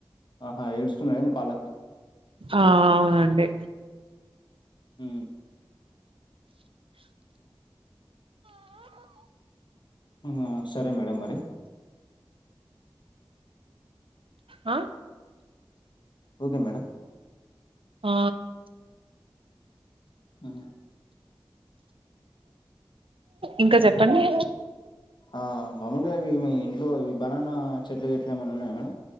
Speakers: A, on the left; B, on the right.
A: ఆహా ఏడుస్తున్నాడా ఏంటి పాలకు
B: ఆ అవునండి
A: ఉ ఆ సరే మేడం మరి
B: ఆ
A: ఓకే మేడం
B: ఆ
A: ఆ
B: ఇంకా చెప్పండి
A: ఆ మామూలుగా ఇవి మీ ఇంట్లో ఇవి బనానా చెట్లు గిట్ల ఏమైనా ఉన్నాయా మేడం